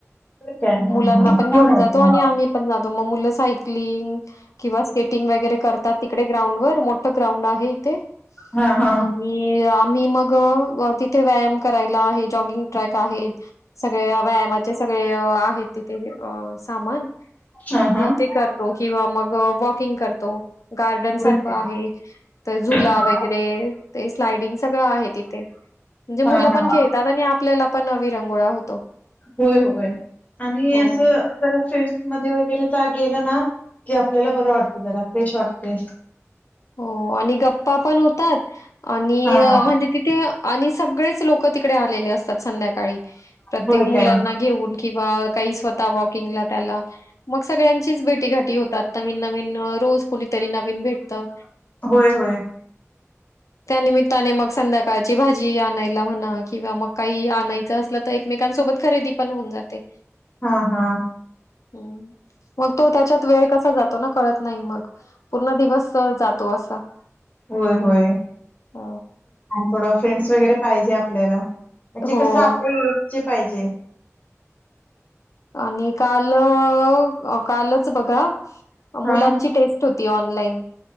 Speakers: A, on the left; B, on the left.
A: होय काय? हा,
B: मुलांना
A: हा. छान
B: पण घेऊन
A: आहे
B: जातो
A: की
B: आणि
A: मग.
B: आम्ही पण जातो मग मुलं साक सायकलिंग किंवा स्केटिंग वगैरे करतात तिकडे ग्राउंड वर मोठा ग्राउंड आहे इथे
A: हा, हा, हा.
B: आणि मी मग तिथे व्यायाम करायला आहे जॉगिंग ट्रॅक आहे सगळे व्यायामाचे सगळे आहे तिथ सामान
A: हा, हा.
B: ते करतो किंवा मग वॉकिंग तो गार्डन
A: होय
B: सार
A: काय?
B: आहे तर जुला
A: हां, हां.
B: वगैरे ते स्लाडिंग सगळं आहे त तिथे म्हणजे मुलं
A: हां, हां.
B: पण खेळतात आणि आपल्याला पण विरंगुळा होतो
A: होय होय आणि
B: हो
A: अस जरा फ्रेश पण होतं मध्ये वगैरे गेलं ना मग आपल्याला पण तेथे फ्रेश वाटतं
B: हो आणि गप्पा पण होतात आणि
A: हां, हां.
B: म्हणजे तिथे आणि सगळेच लोक तिकडे आलेले असतात संध्याकाळी काळी, प्रत्येक
A: होय
B: मुलांना
A: काय?
B: घेऊन किंवा स्वतः वॉकिंगला त्याला मग सगळे यांशीच भेटी-घाटी होतात नवीन-नवीन रोज कोणीतरी नवीन भेट त
A: होय, होय.
B: त्यानमित्ताने मग संध्याकाळ ची भाजी आणायला होणा किंवा मग काही आणायचं असलं तर एकमेकांसोबत खरेदी पण होऊन जाते.
A: हा हा.
B: हम्म मग तो त्याच्यात वेळ कसा जातो ना कळत नाही मग पूर्ण दिवस अ, जातो असा.
A: होय-होय,
B: अ,
A: थोडा फ्रेंड्स वगैरे पाहिजे आपल्याला. म्हणजे
B: हो.
A: कसं आपल्या एजचे पाहिजे.
B: आणि कालं कालच बघा
A: हा
B: मुलांची टेस्ट होती ऑनलाईन.